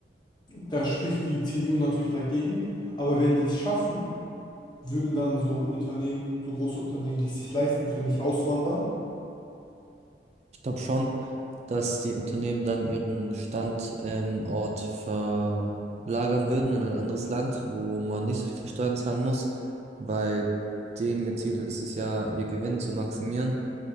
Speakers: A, on the left; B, on the right.
A: Da spricht die CDU natürlich dagegen, aber wenn die es schaffen, würden dann so Unternehmen, so große Unternehmen, die es sich leisten können, nicht auswandern.
B: Ich glaube schon, dass die Unternehmen dann ihren Standort ähm, Ort verlagern würden in ein anderes Land, wo man nicht so viele Steuern zahlen muss, weil denen ihr Ziel ist es ja, ihr Gewinn zu maximieren.